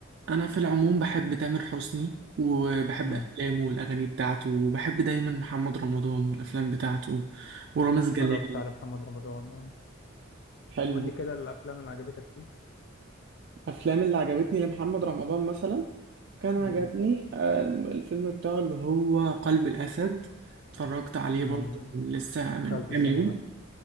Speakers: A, on the right; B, on the left.
A: انا في العموم بحب تامر حسني وبحب
B: امم
A: افلامه والاغاني بتاعته وبحب دايما محمد رمضان والافلام بتاعته ورامز
B: اتفرجت
A: جلال
B: على محمد رمضان اه
A: حلو
B: قول لي كده الافلام اللي عجبتك ليه
A: الافلام اللي عجبتني لمحمد رمضان مثلا كان عجبني
B: امم
A: آه، الفيلم بتاعه اللي هو هو قلب الاسد اتفرجت عليه
B: امم
A: برضه لسه من
B: دخلت
A: كام
B: سينما
A: يوم